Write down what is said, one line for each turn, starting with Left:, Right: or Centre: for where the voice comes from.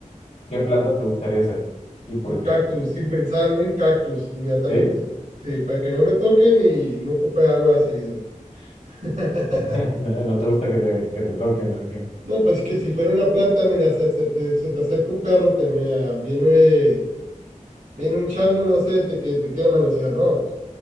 Left: ¿qué planta te gustaría ser? ¿Y por
Right: Un
Left: qué?
Right: cactus, sin pensarlo, un cactus inmediatamente.
Left: ¿Sí?
Right: Sí, para que no me toquen y no ocupe agua seguido. <laughs>
Left: <laughs> No, no te gusta que te, que te toquen, ¿o qué?
Right: No, pues es que si fuera una planta, mira, se, se te, se te acerca un perro, te me viene Viene un chango, no sé, te, que te quiere manosear, ¿no?